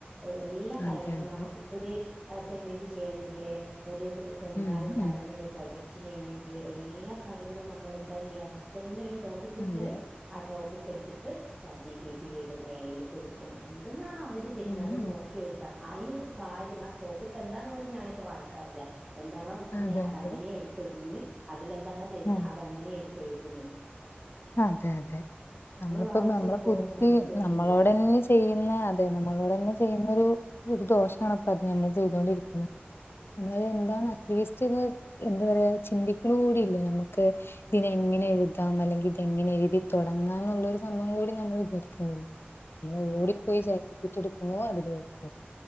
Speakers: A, on the right (about 20°); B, on the left (about 70°).
A: എല്ലാ കാര്യങ്ങളും
B: അതെ അതെ
A: നമുക്കിപ്പൊ ഒരു സിമെന്റ് ചെയ്യണെങ്കില് ഒരു സെമിനാർ
B: ഉം
A: ഉണ്ടാക്കണെങ്കിൽ
B: ഉം
A: പ്രൊജക്ട് ചെയ്യണമെങ്കിൽ എല്ലാ എല്ലാ കാര്യങ്ങളും നമ്മൾ എന്താ ചെയ്യുക ഫസ്റ്റ് തന്നെ ഒരു ടോപ്പിക് കിട്ടിയാലേ
B: അതെ
A: ആ ടോപ്പിക് എടുത്തിട്ട് ചാറ്റ് ജിപിറ്റിയിൽ ഇടും എഐയിൽ കൊടു ക്കും എന്തെന്നാാണ് അവർ തരുന്നത്
B: ഉം
A: അത്
B: ഉം
A: നോക്കി എഴുതാ ആഈ ഒരു കാര്യം ആ ടോപ്പിക് എന്താണ പോലും ഞാനിപ്പോ വായിക്കാറില്ല. എന്താണോ കിട്ടുന്ന
B: അതെ
A: അത
B: അതെ
A: അങ്ങനെയ എടുത്ത്ടുന്ന് അതിലെന്താണോ തരുന്നത്
B: ഉം
A: അത അങ്ങനെ എടുത്ത എഴുതിന്ന്
B: അതെ അതെ നമ്മളിപ്പോ
A: വായിച്ചു
B: നമ്മള
A: നോക്കുവോ
B: പുദ്ധി
A: ചിന്തിക്കുവോ
B: നമ്മളോടന്നെ
A: ചെയ്യുന്നില്ല
B: ചെയ്യ് പിന്നെ അതെ നമ്മളോടന്നെ ചെയ്യുന്നൊരു ഒരു ദോഷാണ് ഇപ്പ അത് ഞമ്മള് ചെയ്തോണ്ടിരിക്കുന്നത് നിങ്ങളെന്താണ് അറ്റ്ലീസ്റ്റ് ര് എന്ത് പറയാ ചിന്തിക്ണൂടിയില്ല ഞമ്മക്ക് ഇതിനെ എങ്ങനെ എഴുതാം അല്ലെങ്കി എങ്ങനെ എഴുതി തുടങ്ങാനൊന്നൊരു സംഭവം കൂടി നമ്മൾ വിചാരിക്കുന്ന നമ്മൾ
A: ആഹ്
B: ഓടിപ്പോയി ച ന്ത് എടുക്കുണു അതില് എട്ക്ക